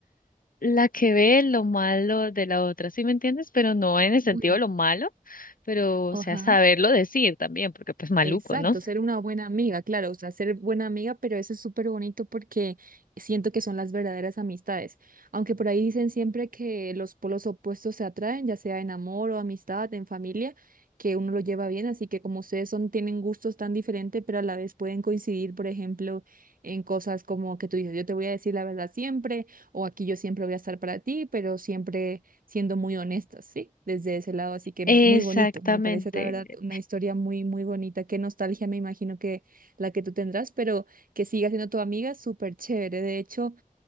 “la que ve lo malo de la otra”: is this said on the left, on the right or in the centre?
Left